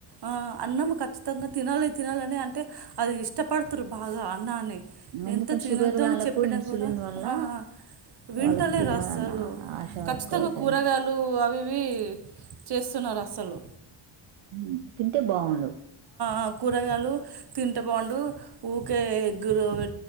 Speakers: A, on the right; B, on the right.
A: ఆ అన్నము ఖచ్చితంగా తినాలి తినాలి అని అంటే అది ఇష్టపడుతురు బాగా అన్నాన్ని ఎంత
B: ఎందుకంటే
A: తినొద్దు
B: షుగర్ వాళ్ళకు
A: అని చెప్పినా
B: ఇన్సులిన్
A: కూడా
B: వల్ల
A: ఆ వింటలేరు
B: వాళ్ళకి తినాలన్న
A: అస్సలు
B: ఆశ
A: ఖచ్చితంగా
B: ఎక్కువ అవుతుందండి
A: కూరగాయలు అవి. ఇవి చేస్తున్నారు అసలు
B: ఉ తింటే బాగుండు.
A: ఆ కూరగాయలు తింటే బాగుండు ఊకే ఎగ్గులు అవి